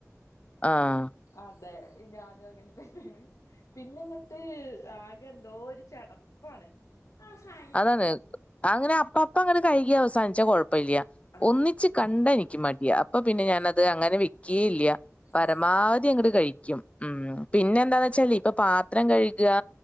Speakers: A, on the left; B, on the left.
A: ആഹ്
B: അതെ ഞാനും അങ്ങന് തന്നേണ് പിന്നെങ്ങട്ട് ആകെ എന്തോര് ചടപ്പാണ് ആ സ
A: അതാണ് അങ്ങനെ അപ്പപ്പം അങ്ങട് കഴ്കി അവസാനിച്ച കൊഴപ്പല്ല്യ
B: ആഹ്
A: ഒന്നിച്ച് കണ്ട എനിക്ക് മ ടിയ അപ്പൊ പിന്നെ ഞാനത് അങ്ങനെ വെക്കേല്ല്യ പരമാവധി
B: ആഹ്
A: അങ്ങട് കഴിക്കും ഉം പിന്നെന്താന്ന് വെച്ചാല് ഇപ്പൊ പാത്രം കഴ്കാ